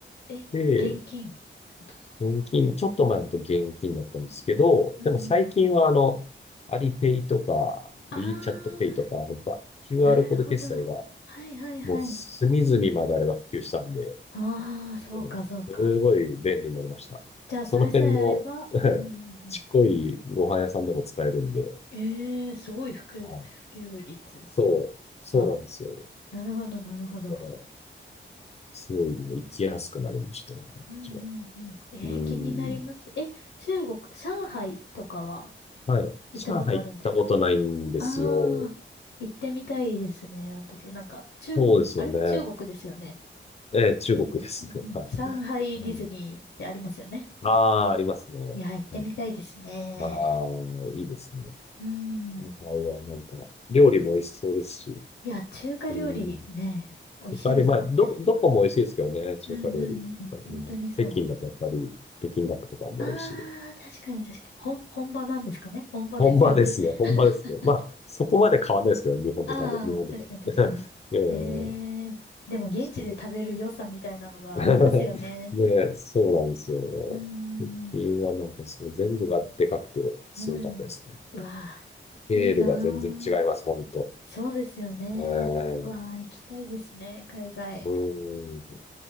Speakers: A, on the left (about 75°); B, on the left (about 30°).
A: え、
B: う。で、
A: 現金ってことですか
B: 現金、ちょっと前だと現金だったんですけど、
A: うんうんうん。
B: でも最近はあの、アリペイとか、
A: ああ、
B: WeChat ペイとか、あの、ば QR
A: なるほど。
B: コード決済が
A: はいはいはい。
B: もう隅々まであれが普及したんで、
A: ああ、そうかそうか。
B: うん、すごい便利になりました。
A: じゃあ、
B: その辺の
A: それさえあれば、
B: <laughs>
A: うんうん
B: ちっこいご飯屋さんでも使えるんで、
A: うん。ええーすごい普及、
B: あ
A: 普及率。
B: そう、そうなんですよ。
A: あ、なるほど、なるほど。
B: だからすごいね、行きやすくなりましたね、あっちは。
A: うんうんうん。ええー気になります。
B: うん。
A: え、中国、上海とかは
B: はい。
A: 行ったことあるんですか
B: 上海行ったことないんですよ。
A: ああー、行ってみたいですね、私。なんか、中国、
B: そうですよね。
A: あれ中国ですよね。
B: ええ、中国ですね。
A: うんうん。
B: はい。
A: 上海ディズニーってありますよね。
B: うん。ああ、ありますね。
A: いや、行ってみたいですね。
B: うん、まあ、いいですね。
A: うん。
B: はいはなんか、料理も美味しそうですし。
A: いや、中華料理ね、
B: うん。
A: 美味しいですもんね。
B: やっぱりまあ、ど、どこも美味しいですけどね、中華料理。
A: うんうんうん。本当にそう。
B: うん、北京だとやっぱり、北京ダックとかも美味しいです。
A: ああ、確かに確かに。本、本場なんですかね本場ですよね。
B: 本場ですね。本場ですね。
A: <laughs>
B: まあ、そこまで変わんないですけどね、日本と食べ、
A: ああ、
B: 日本と食べて。
A: 確かに確かに。
B: <laughs> えー、
A: ええでも現地で食べる良さみたいなのがありますよね。
B: そう。<laughs> ね、そうなんですよ。
A: うん、
B: 最近はなんかその全部がでかくてすごかったですね。
A: うん、うん。うわあ、
B: ケールが全然違います、
A: いいなあ。
B: ほんと。
A: そうですよね。
B: えー、
A: うわあ、行きたいですね、海外。
B: うん。